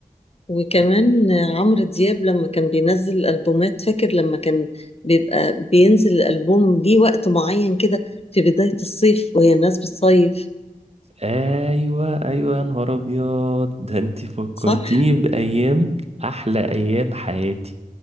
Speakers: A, on the left; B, on the right.
A: وكمان عمرو دياب لما كان بينزل البومات فاكر لما كان بيبقى بينزل الالبوم ليه وقت معين كده في بداية الصيف وهي الناس بتصيف
B: ايوه ايوه يا نهار ابيض ده انت فكرتيني
A: صح
B: بايام احلى ايام حياتي